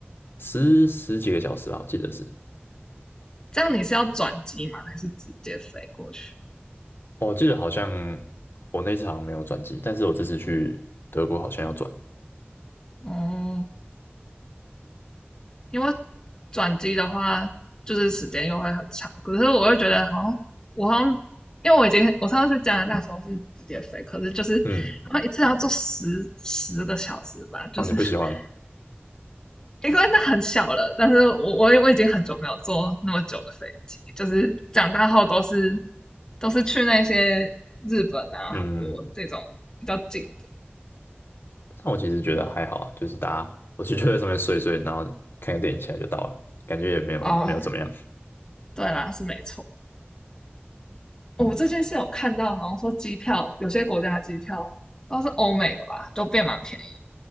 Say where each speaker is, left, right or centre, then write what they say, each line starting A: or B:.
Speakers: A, on the left; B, on the left.
A: 十十几个小时啊，我记得是，
B: 这样你是要转机吗？还是直接飞过去？
A: 哦我记得好像我那次好像没有转机，但是我这次去德国好像要转，
B: 哦，因为转机的话，就是时间又会很长。可是我又觉得好像我好像，因为我已经我上次去加拿大的时候是直接飞，可是就是好像一次要坐十十个小时吧，
A: 嗯，
B: 就是
A: 哦，你不喜欢吗？
B: <laughs> 因为那很小了。但是我我我已经很久没有坐那么久的飞机，就是长大后都是都是去那些日本啊、
A: 嗯，
B: 韩国这种比较近的。
A: 但我其实觉得还好啊，就是大家，我就 <laughs> 就在上面睡一睡，然后看个电影起来就到了，感觉也没有没有怎么样，
B: 哦，对啦，是没错。哦我最近是有看到，好像说机票有些国家的机票，都是欧美的吧，都变蛮便宜。